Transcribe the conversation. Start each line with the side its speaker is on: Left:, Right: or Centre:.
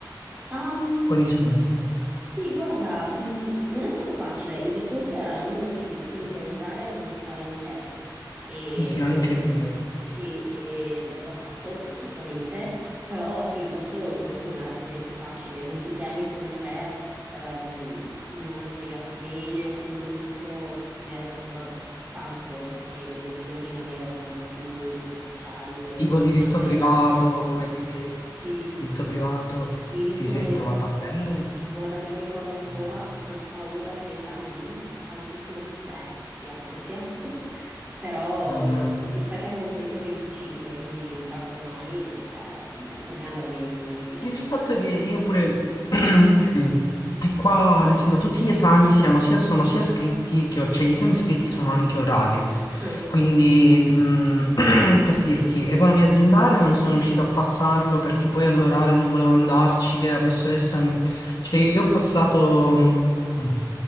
Right: Ehm,
Left: Quali sono gli esempi?
Right: sì, guarda, mh, non è stato facile, il corso era a numero chiuso, quindi per entrare ho dovuto fare un test e
Left: Sì, sì, anche il mio.
Right: sì, e l'ho passato fortunatamente, però sì, il corso, il corso non era per niente facile, molti temi come te ehm, non erano spiegati bene o comunque ho dovuto studiare da sola tanto perché le lezioni magari erano un po' più superficiali e poi
Left: Tipo diritto
Right: durante l'esame,
Left: privato, come ti sei...
Right: sì.
Left: Diritto privato,
Right: Diritto
Left: ti sei
Right: me lo ricordo
Left: trovata bene?
Right: Guarda, me lo ricordo ancora,
Left: Mm.
Right: una paura quell'esame lì, tantissimo stress e ansia, <laughs> però
Left: Mm.
Right: eh, mi sa che avevo preso 25, quindi baciamani, che cioè, per me andava benissimo il 25.
Left: E il fatto è che io pure... <clears throat> E qua, nel senso, tutti gli esami siano sia, sono sia scritti che... or- Cioè, gli esami scritti sono anche orali.
Right: Ah.
Left: Quindi, mh, <clears throat> per dirti, economia aziendale non sono riuscito a passarlo perché poi all'orale non volevo andarci, che la professoressa... Cioè, io ho passato... mh,